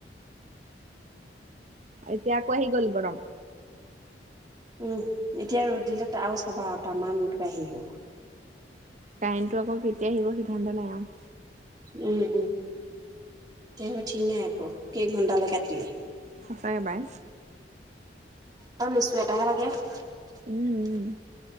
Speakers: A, on the right; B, on the right.
A: এতিয়া আকৌ আহি গ'ল, গৰম।
B: উম এতিয়া ৰ'দ দিলে আও চাবা টামান মুঠতে আহিব ।
A: কাৰেণ্ট টো আকৌ কেতিয়া আহিব সিদ্ধান্ত নহল অল
B: উম উম কেতিয়া আহিব ঠিক নাই আকৌ কেইঘন্টালে কাটিলে ।
A: সঁচাকে বাই ।
B: ইছু এটাহে আগে ।
A: উম উম